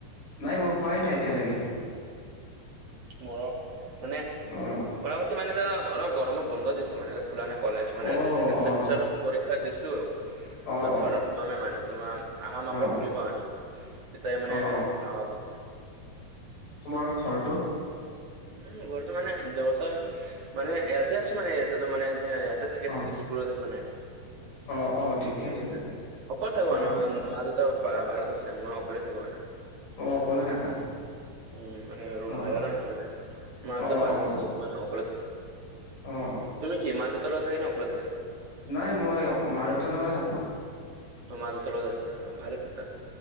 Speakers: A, on the left (about 70°); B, on the right (about 55°).
A: নাই মই খোৱাই নাই এতিয়ালৈকে।
B: মৰ মানে
A: অ
B: বৰা পাতি মানে ধৰা অলপ গৰমত বন্ধ দিছে মানে খোলা ন। কলেজ মানে
A: অ
B: এতো ছেকেণ্ড
A: অ
B: ছেমিষ্টাৰত পৰীক্ষা দিছো
A: অ অ অ
B: থাৰডত সোমাম মানে তোমাৰ। আহা
A: অ
B: আমাৰ পৰা খুলি পোৱা নাই স তাই মানে
A: অ অ অ
B: চাব।
A: তোমাৰ ঘৰটো।
B: উম ঘৰটো মানে দেউতাৰ মানে ইয়াতে আছো মানে ইয়াতে মানে ইয়াতে থাকি
A: অ
B: আছো। পুৰলৈ মানে।
A: অ অ। ঠিকে
B: এইটো
A: আছে
B: মানে
A: ঠিকে আছে
B: অকলে থাকো
A: অ অ
B: মা দেউতা বাহিৰত আছে মই অকলে থাকো মানে।
A: অ অকলে। থাকা
B: উম মানে ৰুম
A: অ
B: ভাড়া ন মানে মটো
A: অ
B: বাৰত
A: অ অ
B: চ- মানে অকলে থাকো,
A: অ অ
B: তুমি কি মা দেউতা লগত থাকা না অকলে থাকা।
A: নাই মই অ মা দেউতাৰ লগতে থাকো।
B: ত মা দেউতা লগত আছা অ ভালে থাকা